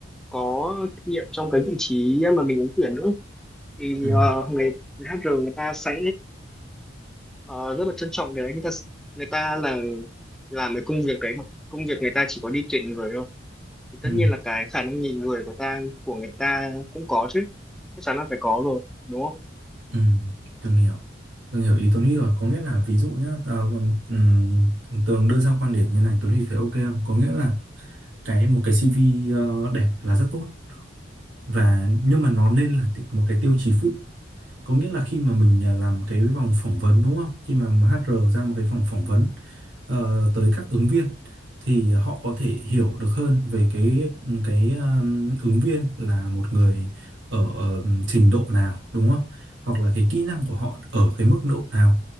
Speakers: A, in the centre; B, on the right (about 85°).
A: có kinh nghiệm trong cái vị trí mà mình ứng tuyển nữa thì
B: Ừ,
A: ờ, người, người HR người ta sẽ ờ, rất là trân trọng cái đấy người ta người ta là làm cái công việc đấy mà công việc người ta chỉ có đi tuyển người thôi thì tất
B: ừ.
A: nhiên là cái khả năng nhìn người của ta của người ta cũng có chứ chắc chắn là phải có rồi đúng không
B: Ừ, Tường hiểu Tường hiểu ý Tuấn Huy rồi có nghĩa là ví dụ nhá ờ, còn, ừm, Tường đưa ra quan điểm như này Tuấn Huy thấy ok không có nghĩa là cái một cái CV ờ, đẹp là rất tốt và nhưng mà nó nên là ti- một cái tiêu chí phụ có nghĩa là khi mà mình à, làm cái vòng phỏng vấn đúng không khi mà HR ra một cái vòng phỏng vấn ờ, tới các ứng viên thì họ có thể hiểu được hơn về cái ừ, cái um, ứng viên là một người ở, ở trình độ nào đúng không hoặc là cái kỹ năng của họ ở cái mức độ nào